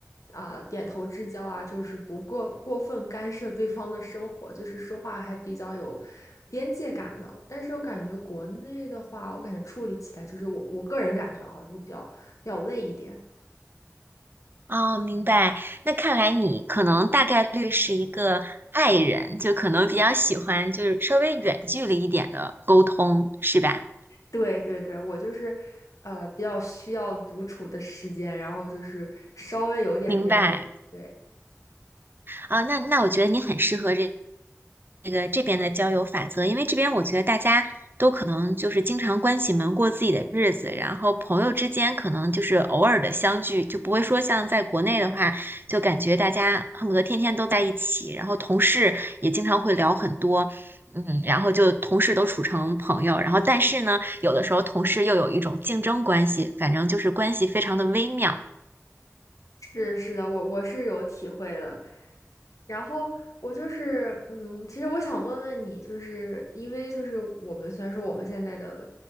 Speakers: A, on the left (about 80°); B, on the right (about 40°).
A: 啊、点头之交啊，就是不过过分干涉对方的生活，就是说话还比较有。边界感的，但是我感觉国内的话，我感觉处理起来就是我我个人感觉啊，就会比较比较累一点。
B: 哦，明白。那看来你可能大概率是一个 i 人，就可能比较喜欢就是稍微远距离一点的沟通，是吧？
A: 对对对，我就是，呃，比较需要独处的时间，然后就是稍微有点边界。
B: 明白。
A: 对，
B: 啊，那那我觉得你很适合这这个这边的交友法则，因为这边我觉得大家都可能就是经常关起门过自己的日子，然后朋友之间可能就是偶尔的相聚，就不会说像在国内的话，就感觉大家恨不得天天都在一起，然后同事也经常会聊很多，嗯，然后就同事都处成朋友，然后但是呢，有的时候同事又有一种竞争关系，反正就是关系非常的微妙。
A: 是是的，我我是有体会的。然后我就是，嗯，其实我想问问你，就是因为就是我们虽然说我们现在的